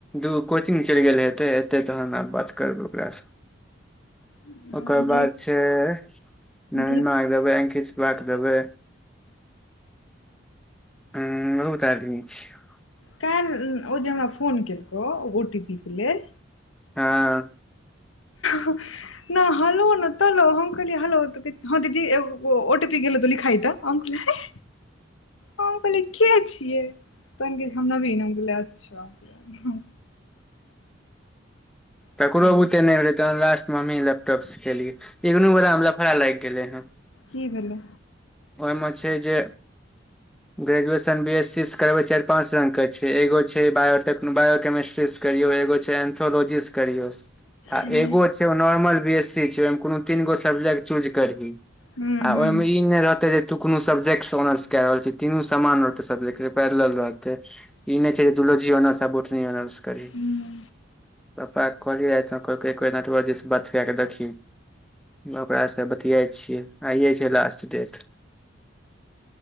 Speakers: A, in the centre; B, on the left.
A: दू कोचिंग चैल गेल हेते एतै तहन आब बात करबै ओकरा स
B: लए
A: ओकर बाद
B: गीत
A: छै <inaudible> नरेनमा
B: गीत
A: कऽ देबै अंकितवा देबै <unintelligible> बहुत आदमी छै
B: कैल्ह ओ जे हमरा फोन केलकौ ओ टी पी के लेल
A: हँ
B: हुं न हलो ने तलो हम कहलिय हलो तऽ कहैत हां दीदी एगो ओ टी पी गेलौ त तू लिखाइ तऽ हम कहलीय हैं। हम कहलियै के छिये तन गेल हम नवीन हम कहलियअच्छा।
A: ककरो
B: कहलियै
A: बुते नहि भेलै त लास्ट मे हमहीँ लैपटॉप सिखेलियै एहनो गोरा मे लफड़ा लागि गेलै हन।
B: की भेलौ
A: ओह म छै जे ग्रेजुएशन बी एस सी से करबे चारि पाँंच रंग के छै एगो छै बायोटेक बायो केमिस्ट्री करियऔ एगो छै एन्थोलॉजी स करिऔ आ
B: हूँ
A: एगो छै ओ नॉर्मल बी एस सी छै ओहिमे कोनो तीन गो सब्जेक्ट चूज करही आ
B: हूँ हूँ
A: ओय म ई नय रहत <unintelligible> तू कोनो सब्जेक्ट सऽ ऑनर्स के रहल छी तीनू सामान रहते सब्जेक्ट जे पैरलर रहत ई नहि छै जुलाॅंजी आनर्स आ बोटनी आनर्स करी
B: हूँ
A: पप्पाक कहली राईत में तऽ कहलकै एक बेर नटवर जी सऽ बात कै कऽ देखही ओकरासँ बतियाए छियै आइये छिय लास्ट डेट।